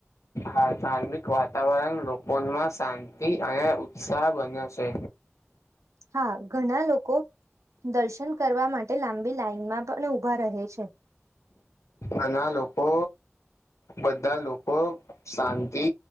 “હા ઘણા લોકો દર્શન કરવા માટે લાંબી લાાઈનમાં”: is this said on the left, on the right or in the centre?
Right